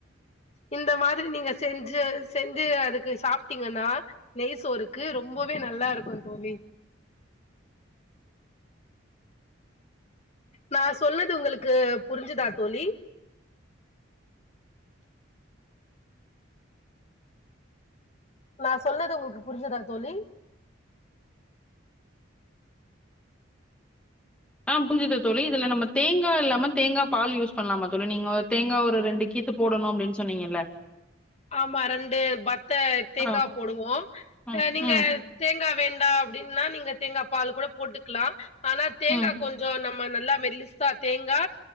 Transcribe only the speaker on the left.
இந்த மாதிரி நீங்க செஞ்சு செஞ்சு அதுக்கு சாப்ட்டீங்கன்னா நெய் சோறுக்கு ரொம்பவே நல்லாருக்கோ தோழி நா சொல்லது உங்களுக்கு புரிஞ்சதா தோழி நா சொல்லுது உங்குக்கு புரிஞ்சதா தோழி
ஆமா ரெண்டு பத்த தேங்கா
போடுவோ
அ நீங்க
தேங்கா வேண்டா அப்டின்னா நீங்க தேங்கா பால் கூட போட்டுக்லா ஆனா தேங்கா
கொஞ்சோ நம்ம நல்லா மெலிசா தேங்கா